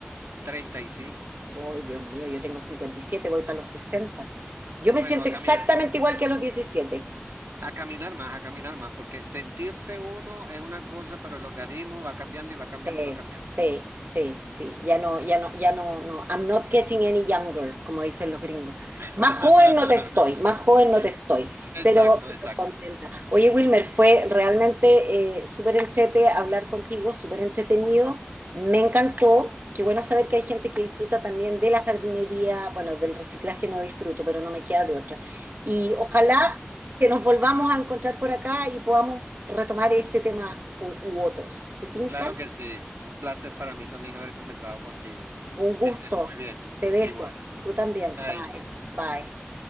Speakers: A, on the right (about 85°); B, on the right (about 50°).
A: treinta y cinco
B: Ay, Dios mío, yo tengo 57, voy para los 60. Yo me
A: Bueno,
B: siento
A: a caminar,
B: exactamente igual que a los 17.
A: <laughs> a caminar más, a caminar más, porque sentirse uno es una cosa, pero el organismo va cambiando y va cambiando
B: Sí,
A: y va cambiando.
B: sí, sí, sí. Ya no, ya no, ya no, no. I'm not getting any younger, como dicen los gringos.
A: <laughs>
B: Más joven no te estoy, más joven no te estoy,
A: Exacto,
B: pero, pero
A: exacto.
B: contenta. Oye, Wilmer, fue realmente eh, súper entrete hablar contigo, súper entretenido. Me encantó. Qué bueno saber que hay gente que disfruta también de la jardinería. Bueno, del reciclaje no disfruto, pero no me queda de otra. Y ojalá que nos volvamos a encontrar por acá y podamos retomar este tema u, u otros. ¿Te tinca?
A: Claro que sí. Un placer para mí también haber conversado contigo.
B: Un gusto.
A: Que estés muy bien.
B: Te dejo.
A: Igual.
B: Tú también.
A: Ahí,
B: Bye. Bye.